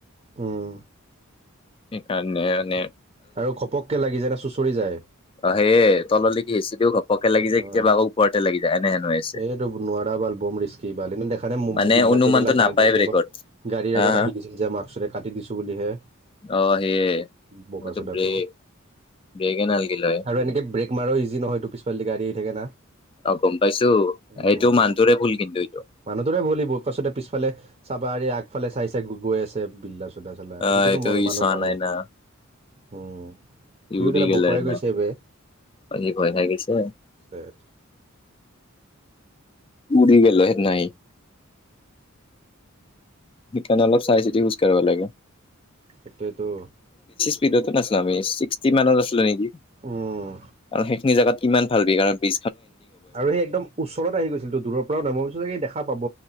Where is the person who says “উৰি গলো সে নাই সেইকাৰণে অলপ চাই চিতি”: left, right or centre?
Left